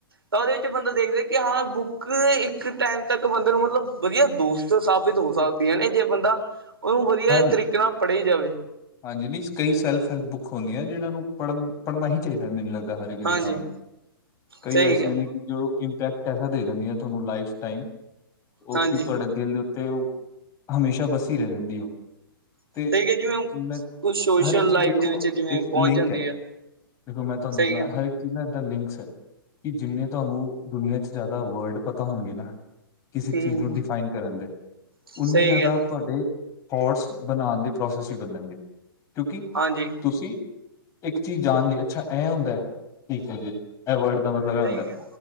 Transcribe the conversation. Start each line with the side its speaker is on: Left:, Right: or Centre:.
Right: ਤਾਂ ਉਹਦੇ ਵਿੱਚ ਬੰਦਾ ਦੇਖਦਾ। ਕਿ ਹਾਂ ਬੁੱਕ ਇੱਕ ਟਾਈਮ ਤੱਕ ਬੰਦੇ ਨੂੰ ਮਤਲਬ ਵਧੀਆ ਦੋਸਤ- ਇਸ ਤੋ ਸਾਬਿਤ ਹੋ ਸਕਦੀਆਂ ਨੇ, ਜੇ ਬੰਦਾ ਉਹਨੂੰ ਵਧੀਆ
Left: ਹਾਂਜੀ।
Right: ਤਰੀਕੇ ਨਾਲ ਪੜ੍ਹੀ ਜਾਵੇ।
Left: ਹਾਂਜੀ, ਨਹੀਂ ਕਈ ਸੈਲਫ਼ ਹੈਲਪ ਬੁੱਕ ਹੁੰਦੀਆਂ। ਜਿਹਨਾਂ ਨੂੰ ਪੜਨ -ਪੜਨਾ ਹੀ ਚਾਹੀਦਾ। ਮੈਨੂੰ ਲੱਗਦਾ। ਤਾਂ ਹਰ ਇੱਕ ਇਨਸਾਨ,
Right: ਹਾਂਜੀ
Left: ਕਈ
Right: ਸਹੀ
Left: ਐਸੀਆਂ
Right: ਕਿਹਾ
Left: ਨੇ ਕਿ - ਜੋ ਇੰਪੈਕਟ ਐਸਾ ਦੇ ਜਾਂਦੀ ਏ, ਤੁਹਾਨੂੰ ਲਾਈਫ ਟਾਈਮ। ਉਹ
Right: ਹਾਂਜੀ
Left: ਕਿ ਤੁਹਾਡੇ ਦਿਲ ਦੇ ਉੱਤੇ ਉਹ- ਹਮੇਸ਼ਾ ਬਸੀ ਰਹਿ ਜਾਂਦੀ ਉਹ। 'ਤੇ,
Right: ਸਹੀ ਕਿਹਾ ਜਿਵੇਂ
Left: ਮੈਂ
Right: ਕੁਛ ਸੋਸ਼ਲ
Left: ਹਰ ਇੱਕ ਚੀਜ਼
Right: ਲਾਈਫ
Left: ਦੇਖੋ,
Right: ਦੇ ਵਿੱਚ ਜਿਵੇਂ
Left: ਇੱਕ
Right: ਪਹੁੰਚ
Left: ਲਿੰਕ
Right: ਜਾਂਦੀ
Left: ਹੈ।
Right: ਆ
Left: ਦੇਖੋ, ਮੈਂ ਤੁਹਾਨੂੰ
Right: ਸਹੀ
Left: ਦੱਸਣਾ
Right: ਕਿਹਾ
Left: ਹਰ ਇੱਕ- ਜਿੰਨਾ ਦਾ ਲਿੰਕਸ ਹੈ। ਕਿ ਜਿੰਨੇ ਤੁਹਾਨੂੰ ਦੁਨੀਆਂ ਚ ਜ਼ਿਆਦਾ ਵਰਲਡ ਪਤਾ ਹੋਣਗੇ ਨਾ- ਕਿਸੇ ਚੀਜ਼
Right: ਹੂੰ
Left: ਨੂੰ ਡਿਫਾਈਨ ਕਰਨ ਦੇ,
Right: ਸਹੀ
Left: ਓਨੇ ਜ਼ਿਆਦਾ
Right: ਕਿਹਾ
Left: ਤੁਹਾਡੇ- ਫੋਟਸ ਬਣਾਉਣ ਦੇ ਪ੍ਰੋਸੈਸ ਹੀ ਵਧਣਗੇ। ਕਿਉਂਕਿ-
Right: ਹਾਂਜੀ
Left: ਤੁਸੀਂ, ਇੱਕ ਚੀਜ਼ ਜਾਣ ਲਈ, ਅੱਛਾ। ਏ ਹੁੰਦਾ ਹੈ। ਠੀਕ ਹੈ ਜੀ। ਇਹ ਵਰਡ ਦਾ ਮਤਲਬ ਏ
Right: ਸਹੀ
Left: ਹੁੰਦਾ ਹੈ।
Right: ਕਿਹਾ